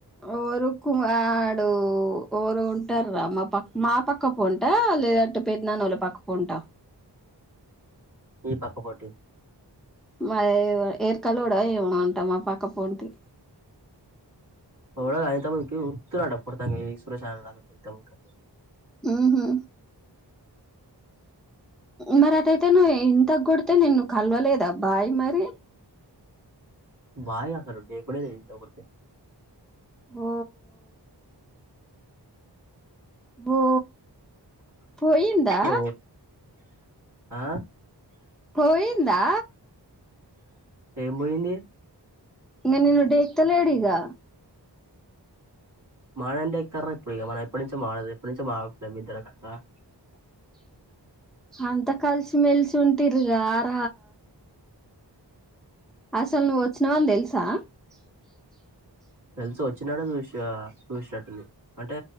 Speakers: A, in the centre; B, on the right.
A: ఎవరు కుమారు ఎవరో ఉంటారు రా మా ప మా పక్క పోంట లేదంటే పెద్దనాన్న వాళ్ళ పక్క పోంటా
B: మీ పక్కపోటి
A: మా ఏ ఏర్కలోడా ఏమ అంటా మా పక్క పోంటి
B: గా అయితే ఉత్తినే కొడతా సురేషన్న <inaudible> <unintelligible>
A: ఉహూ మరి అటయితే నువ్వు ఇంతకు కొడితే నిను కలవలేదా బాయ్ మరి
B: బాయి అక్కడ డేకూడే దేకుడు ఎవరిని
A: ఓ ఓ పోయిందా
B: ఓ ఆ
A: పోయిందా
B: ఏమి పోయింది
A: ఇక నిన్ను దేక్త లేడు ఇకా
B: మన అంటే ఎతార ఇప్పుడు మనం ఎప్పు నుంచో మాడదు ఎప్పడు నుంచో మాడట్లే ఇద్దరు కాక <unintelligible>
A: <inaudible>
B: <inaudible>
A: అంత కలిసి మెల్సి ఉంటర గార అసలు నువ్వు వచ్చినవని తెలుసా <inaudible>
B: తెలిసి వచ్చినాడ చూసి చూసినట్టుంది అంటే